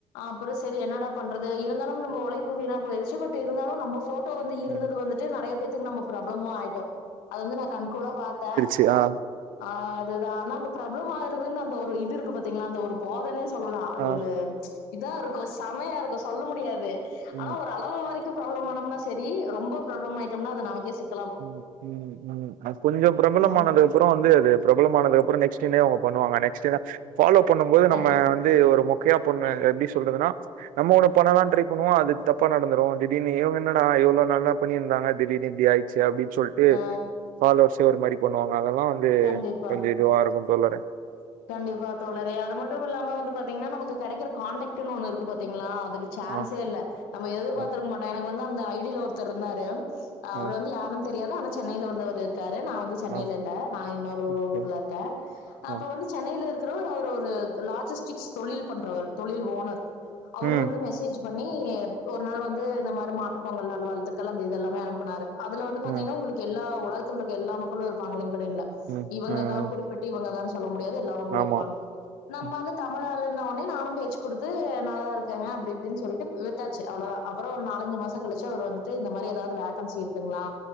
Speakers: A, on the left (about 75°); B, on the right (about 60°).
A: அப்புறோ சரி என்னடா பண்றது இருந்தாலும் நம்ம உழைப்பு வீணா போயிடுச்சு பட் இருந்தாலு நம்ப ஃபோட்டோ வந்து இருந்தது
B: ம்
A: வந்துட்டு நறைய பேத்துக்கு நம்ம ப்ராப்ளமு ஆயிட்டோ அது வந்து நா கண்கூட பாத்தே
B: அப்டியா
A: அ அதுதா ஆனா அது ப்ராப்ளம் ஆயிருதுன்னு அந்த ஒரு இது இருக்கு பாத்தீங்கன்னா அந்த ஒரு பாதர்னஸ் சொல்லலா அது
B: ஆ
A: ஒரு இதா இருக்கு சம்மையா இருக்கு சொல்ல முடியாது ஆனா
B: ம்
A: ஒரு அவ் அளவு வரைக்கும் ப்ரபளம் ஆனம்னா சரி ரொம்ப ப்ராப்ளம் ஆயிட்டனா அது நமக்கே செட்
B: ம் உம் து கொஞ்ச பிரபலமானது
A: ம்
B: அப்புறோ வந்து அது பிரபலமானதுக்கு அப்புறோ நெக்ஸ்ட்டுமே அவங்க பண்ணுவாங்க நெஸ்ட்டு தா ஃபாலோ பண்ணு போது நம்ம
A: கண்டிப்பா
B: வந்து ஒரு மொக்கையா பொண்ணு எப்படி சொல்றதுன்னா நம்ம ஒன்னு பண்ணலான்னு ட்ரை பண்ணுவோ அது தப்பா நடந்துரு திடீர்னு இவங்க என்னடா இவ்ளோ நல்லா பண்ணிருந்தாங்க திடீர்னு இப்டி ஆயி ட்ச்சு அப்டின்னு சொல்ட்டு
A: ஆ
B: போன லோ ஒரு மாறி பண்ணுவாங்க அதெல்லா வந்து
A: கண்டிப்பா
B: கொஞ்ச இ துவா இருக்கு தோழரே
A: கண்டிப்பா தோழரே அது மட்டு இல்லாம வந்து பாத்தீங்கன்னா நமக்கு கெடைக்குற காண்டேக்ட்டுன்னு ஒன்னு இருக்கு பாத்தீங்களா அதுக்கு சான்சே
B: ஆ,
A: இல்ல நம்ம எதிர்பாத்திருக்க
B: ஆ,
A: மாட்டோ எனக்கு வந்து அந்த ஐடி ல ஒருத்தர் இருந்தாரு அவர்
B: ஆ,
A: வந்து யாருன் தெரியாது ஆனா சென்னையில வந்து அவரு இருக்காரு நா வந்து சென்னையில
B: ஆ.
A: இல்ல நா இன்னொரு ஊரு
B: ஓகே.
A: ஊர்ல இருக் கே
B: ஆ.
A: அப்ப வந்து சென்னையில இருக்குறவரு அவர் ஒரு லாஜிஸ்டிக்ஸ் தொழில் பண்றவரு தொழில் ஓனரு அவரு
B: ம்,
A: வந்து மெசேஜ் பண்ட்ஞ்ட பண்ணி ஒரு நாள் வந்து மாறி மாட்டு பொங்கல் நல்வாழ்த்துக்கள் அந்த இது எல்லாமே அனுப்புனாரு அதுல வந்து பாத்தீங்கன்னா
B: ம், ம்,
A: உங்களுக்கு எல்லா உலகத்துல இருக்க எல்லா மக்களு இருப்பாங்க லிங்கிடின்ல
B: ம்,
A: இவங்க
B: ம்.
A: தா குறிப்பிட்டு இவங்கதா சொல்ல முடியாது எல்லா களு
B: ஆமா.
A: இருப்பாங்க நம்ப
B: ம்.
A: ஆளு தமிழ் ஆளுன்னா உட்னே நானு பேச்சு குடுத்து நல்லா இருக்கேங்க அப்டி இப்டின்னு சொல்ட்டு விட்டாச்சு அவ்ளோதா அப்புறோ ஒரு நாலஞ்சு மாசொ கழிச்சு அவர் வந்துட்டு இந்த மாறி ஏதாவது வேகன்சி இருக்குங்களா